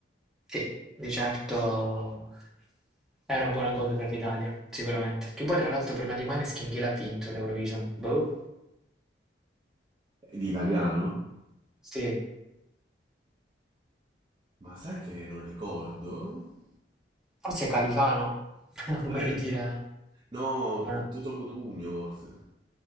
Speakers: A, in the centre; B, on the right.
A: sì, di certo è una buona cosa per l'Italia, sicuramente. Che poi, tra l'altro, prima di Maneskin chi l'ha vinto l'Eurovision? Boh.
B: di italiano?
A: Sì,
B: Ma sai che non ricordo?
A: forse Califano, <laughs>
B: Può
A: vorrei
B: essere.
A: dire,
B: No,
A: ma
B: tutto Cotugno forse.